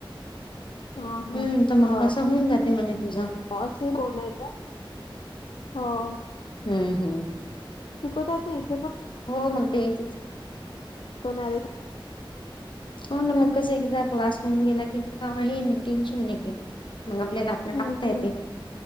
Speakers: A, on the left (about 60°); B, on the left (about 80°).
A: हम्म...
B: हा हा
A: तर मग
B: हो.
A: कसं होऊन जाते म्हणे तुझं
B: <unintelligible> <unintelligible> हो
A: हम्म हम्म
B: शिकवतात <unintelligible>
A: हो मग ते <unintelligible>
B: कोण आले
A: हो ना मग कसं, एकदा क्लास होऊन गेला की, काही नाही.. टेन्शन नाही मग आपल्याला आपलं,
B: हम्म
A: टाकता
B: हम्म
A: येते.